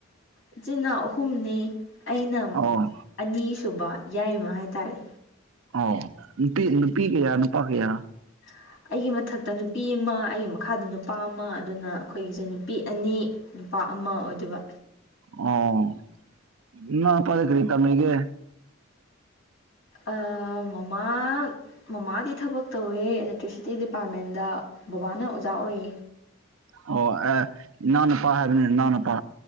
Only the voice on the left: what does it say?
ꯏꯆꯤꯟ ꯏꯅꯥꯎ ꯑꯍꯨꯝꯅꯦ ꯑꯩꯅ
ꯑꯅꯤꯁꯨꯕ ꯌꯥꯏꯃ ꯍꯥꯏꯇꯥꯔꯦ
<unintelligible> ꯑꯩꯒꯤ ꯃꯊꯛꯇ ꯅꯨꯄꯤ ꯑꯃ ꯑꯩꯒꯤ ꯃꯈꯥꯗ ꯅꯨꯄꯥ ꯑꯃ ꯑꯗꯨꯅ ꯑꯩꯈꯣꯏꯒꯤꯁꯦ ꯅꯨꯄꯤ ꯑꯅꯤ ꯅꯨꯄꯥ ꯑꯃ ꯑꯣꯏꯗꯣꯏꯕ
ꯑꯥ ꯃꯃꯥ ꯃꯃꯥꯗꯤ ꯊꯕꯛ ꯇꯧꯋꯦ ꯑꯦꯂꯦꯛꯇ꯭ꯔꯤꯁꯤꯇꯤ ꯗꯤꯄꯥꯔꯠꯃꯦꯟꯇꯗ ꯕꯕꯥꯅ ꯑꯣꯖꯥ ꯑꯣꯏꯌꯦ